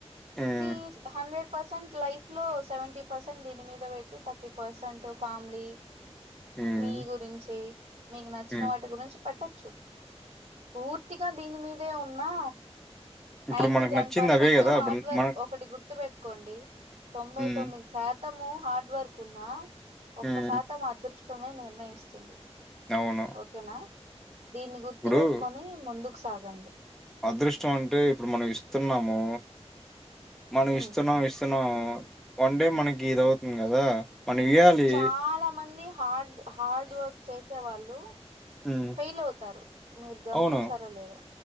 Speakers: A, in the centre; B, on the right (about 70°).
A: హ్మ్.
B: మీ హండ్రెడ్ పర్సెంట్ లైఫ్ లో సెవెంటీ పర్సెంట్ దీని మీద పెట్టి థర్టీ పర్సెంట్ ఫ్యామిలీ
A: హ్మ్.
B: మీ గురించి మీకు నచ్చిన
A: హ్మ్.
B: వాటి గురించి పెట్టచ్చు పూర్తిగా దీని మీదే ఉన్నా
A: ఇప్పుడు
B: నైన్టీ
A: మనకు
B: నైన్
A: నచ్చింది
B: పర్సెంట్
A: అవే కదా!
B: హార్డ్
A: ఇప్పుడు
B: వర్క్
A: మన
B: ఒకటి గుర్తు పెట్టుకోండి తొంభై
A: హ్మ్.
B: తొమ్మిది సాత్ మొత్తము హార్డ్ వర్క్ ఉన్నా ఒక్క
A: హ్మ్.
B: శాతం అదృష్టమే నిర్ణయిస్తుంది
A: అవును.
B: ఓకేనా దీన్ని గుర్తు
A: ఇప్పుడు
B: పెట్టుకొని ముందుకు సాగండి
A: అదృష్టం అంటే ఇప్పుడు మనం ఇస్తున్నాము మనం
B: ఉమ్
A: ఇస్తున్నాం ఇస్తు తను వన్ డే మనకి ఇది అవుతుంది కదా మనం ఇయ్యాలి
B: చాలా మంది హార్డ్ హార్డ్ వర్క్ చేసే వాళ్ళు
A: హ్మ్.
B: ఫెయిల్ అవుతారు మీరు గమనించారో
A: అవును
B: లేదో